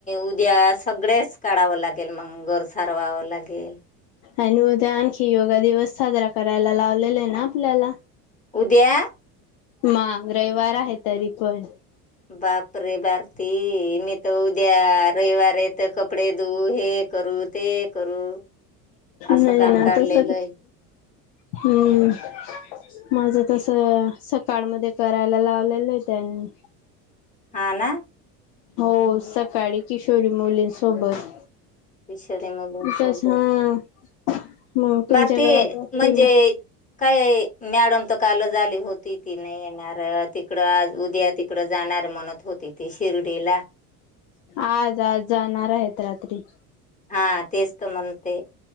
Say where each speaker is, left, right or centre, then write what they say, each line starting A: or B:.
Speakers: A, on the left (about 15°); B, on the left (about 55°).
A: उद्या सगळेच काढावं लागेल मग घरं सारवावं लागेल
B: आणि मग ते आणखी योगा दिवस साजरा करायला लावलेले ना आपल्याला
A: उद्या
B: म रविवार आहे तरी पण
A: बाप रे भारती मी तर उद्या रविवार येत कपडे धऊ हे करू ते करू असं
B: नाय
A: काम
B: ना
A: काढलेलं
B: तस
A: आहे
B: हं माझं तस सकाळ मध्ये करायला लावलेलं आहे त्यांनी
A: हा ना
B: हो सकाळी किशोरी मुलींसोबत
A: किशोरी मुलींसाठी
B: तस हा मग तुमच्या
A: भारती
B: गावाच्या असतील
A: म्हणजे
B: ना
A: काय मॅडम त कालच आली होती ती नाही येणार तिकड आज उद्या तिकड जाणार म्हणत होती ती शिर्डीला
B: आज आज जाणार आहेत रात्री
A: हा तेच त म्हण ते